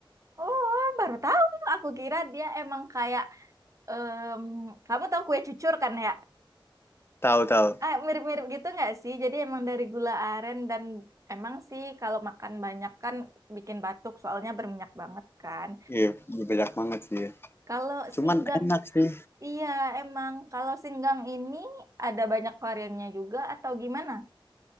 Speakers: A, on the right; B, on the left.
A: oh, baru tahu. Aku kira dia emang kayak em, kamu tahu kue cucur kan ya?
B: Tahu tahu.
A: Ah, mirip-mirip gitu nggak sih? Jadi emang dari gula aren dan emang sih kalau makan banyak kan bikin batuk soalnya berminyak banget kan.
B: Iya, banyak banget sih. ya.
A: Kalau
B: Cuman
A: singgang,
B: enak sih
A: iya emang kalau singgang ini ada banyak variannya juga atau gimana?